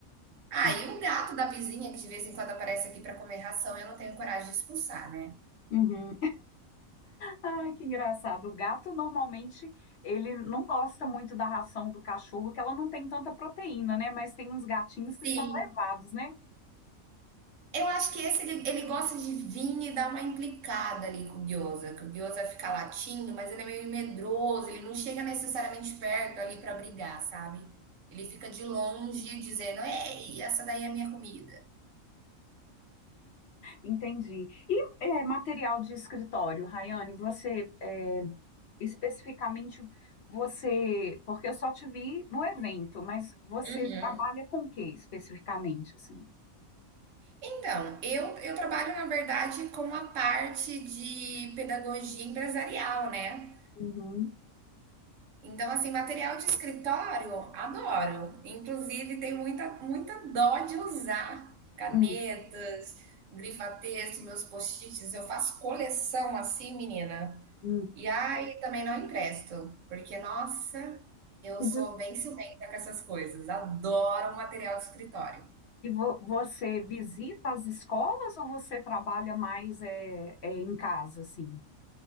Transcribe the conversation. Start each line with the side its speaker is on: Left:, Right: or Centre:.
Right: Ah,
Left: é.
Right: e o gato da vizinha que de vez em quando aparece aqui para comer ração, eu não tenho coragem de expulsar, né?
Left: Uhum. Ai, que engraçado. O gato normalmente ele não gosta muito da ração do cachorro, que ela não tem tanta proteína, né? Mas tem uns gatinhos que
Right: Sim.
Left: são levados, né?
Right: Eu acho que esse ele, ele gosta de vir e dar uma implicada ali com o Gyoza, que o Gyoza fica latindo, mas ele é meio medroso, ele não chega necessariamente perto ali para brigar, sabe? Ele fica de longe dizendo: "Ei, essa daí é a minha comida".
Left: Entendi. E é, material de escritório, Rayane, você é, especificamente você, porque eu só te vi no evento, mas você
Right: Uhum.
Left: trabalha com o que especificamente, assim?
Right: Então, eu, eu trabalho, na verdade, com a parte de pedagogia empresarial, né?
Left: Uhum.
Right: Então, assim, material de escritório, adoro. Inclusive, tenho muita, muita dó de usar canetas,
Left: Hum,
Right: grifa-texto, meus post-its. Eu faço coleção assim, menina.
Left: hum.
Right: E ai, também não empresto, porque, nossa, eu
Left: E
Right: sou
Left: vo-
Right: bem ciumenta com essas coisas. Adoro material de escritório.
Left: e vo- você visita as escolas ou você trabalha mais é, é, em casa, assim?